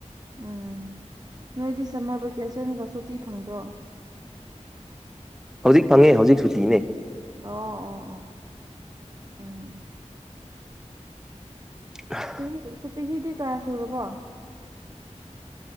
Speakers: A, on the right; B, in the centre.
A: ꯎꯝ ꯅꯣꯏꯗꯤ ꯁꯝꯃꯔ ꯚꯦꯀꯦꯁꯟꯒ ꯁꯨꯇꯤ ꯐꯪꯗ꯭ꯔꯣ
B: ꯍꯧꯖꯤꯛ ꯐꯪꯉꯦ ꯍꯧꯖꯤꯛ ꯁꯨꯇꯤꯅꯦ
A: ꯑꯣ ꯑꯣ ꯑꯣ ꯎꯝ
B: ꯑ
A: ꯆꯍꯤꯤ ꯆꯍꯤꯤꯍꯤꯗꯤ ꯀꯌꯥ ꯁꯨꯔꯕꯣ